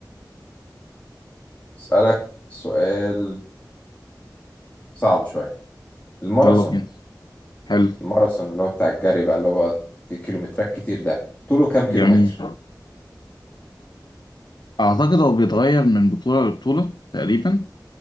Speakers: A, on the left; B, on the left.
A: اسالك سؤال صعب شويه الماراثون
B: يلا بينا حلو
A: الماراثون اللي هو بتاع الجري بقى اللي هو كيلومترات كتير ده طوله كام كيلومتر
B: جميل أعتقد هو بيتغير من بطولة لبطولة تقريبا